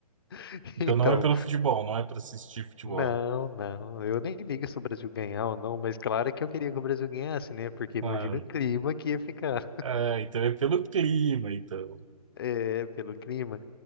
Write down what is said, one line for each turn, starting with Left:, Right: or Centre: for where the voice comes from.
Left: <laughs>
Right: Então
Left: Então,
Right: não é pelo futebol, não é para assistir futebol.
Left: não, não, eu nem ligo se o Brasil ganhar ou não, mas claro que eu queria que o Brasil ganhasse, né? Porque
Right: Claro.
Left: imagina o clima que ia ficar. <laughs>
Right: Ah, então é pelo clima, então.
Left: É, pelo clima.